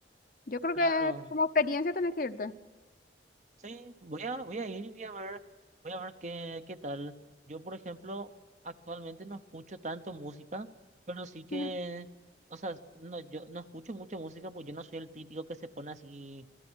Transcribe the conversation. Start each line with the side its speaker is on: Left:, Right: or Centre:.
Left: Yo creo
Right: Claro.
Left: que como experiencia tenés que irte.
Right: Sí, voy a, voy a ir y voy a ver, voy a ver qué, qué tal. Yo, por ejemplo, actualmente no escucho tanto música, pero sí que,
Left: Ujú.
Right: o sea, no, yo no escucho mucha música porque yo no soy el típico que se pone así.